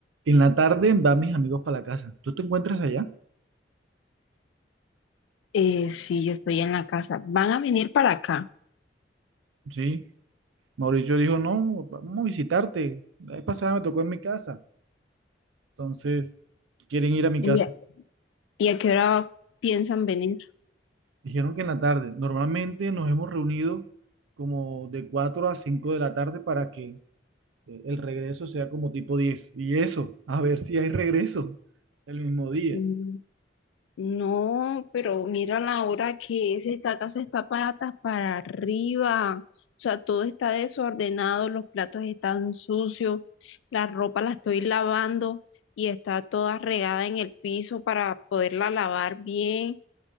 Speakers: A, on the right (about 85°); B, on the left (about 80°).
A: En la tarde van mis amigos para la casa. ¿Tú te encuentras allá?
B: Eh, sí, yo estoy en la casa. ¿Van a venir para acá?
A: Sí. Mauricio dijo, no, vamos a visitarte. La vez pasada me tocó en mi casa. Entonces, quieren ir a mi
B: ¿Y
A: casa.
B: a, y a qué hora piensan venir?
A: Dijeron que en la tarde. Normalmente nos hemos reunido como de 4 a 5 de la tarde para que eh, el regreso sea como tipo 10. Y eso, a ver si hay regreso el mismo día.
B: Mm, No, pero mira la hora que es. Esta casa está patas para arriba. O sea, todo está desordenado, los platos están sucios, la ropa la estoy lavando y está toda regada en el piso para poderla lavar bien.